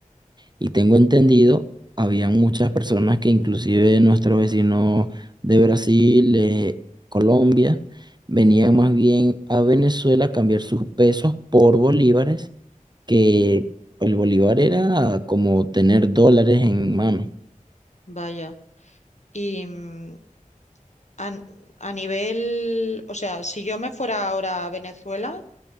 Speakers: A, on the right; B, on the left.
A: Y tengo entendido, había muchas personas que inclusive nuestros vecinos de Brasil, eh, Colombia, venían más bien a Venezuela a cambiar sus pesos por bolívares, que el bolívar era como tener dólares en mano.
B: Vaya. Y mm, a, a nivel, o sea, si yo me fuera ahora a Venezuela,